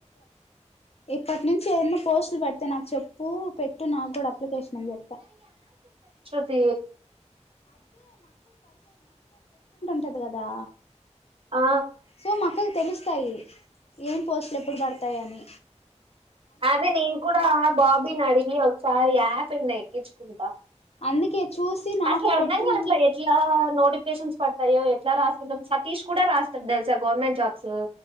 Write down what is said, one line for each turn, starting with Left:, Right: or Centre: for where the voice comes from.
Left: ఇప్పట్ నుంచి ఎన్న పోస్టులు పడితే నాకు చెప్పు పెట్ ట్టు నాకు గూడా అప్లికేషన్ అని జెప్పా
Right: తి
Left: టది గదా
Right: ఆ
Left: సో మా అక్కకి తెలుస్ వస్తాయి ఏం పోస్ట్లు ఎప్పుడు బడతాయి అని
Right: అదే నేను కూడా ఆ బాబీ నీ అడి గి ఈ ఒకసారి యా యాపిడ్ నే ఎక్కిచ్చుకుంటా
Left: అందుకే చూసి నాకు
Right: అట్లా అర్ధం
Left: పెట్టు
Right: గావట్లే
Left: మేము
Right: ఎట్లా నోటిఫ్ టిఫికేషన్స్ పడతయోఏ లా రాసుకుంటాం సతీష్ కూడా రాస్ ఒక్కటి తెలుస గవర్నమెంట్ జాబ్స్